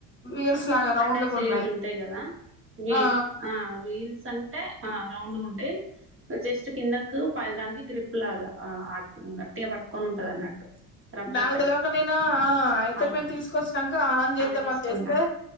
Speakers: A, on the left (about 25°); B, on the right (about 30°).
A: వీల్స్ లాగా రౌండ్గా
B: అటాచ్ అయ్యేటివి
A: ఉన్నాయి
B: ఉంటాయి కదా వ
A: ఆ
B: వీల్స్ అం టే ఆ రౌండ్ ఉంటే జస్ట్ కిందకి పై దానికి గ్రిప్ లాగా ఆ అ గట్టిగా పట్టుకొని ఉంటంది అన్నట్టు రబ్బర్
A: బ్యాగు
B: టైప్
A: తెలివక నేనా అయితే
B: అ
A: మేము తీసుకొచ్చాక ఆన్ చేద్దామని
B: అవి తీసుకున్నా
A: చేస్తే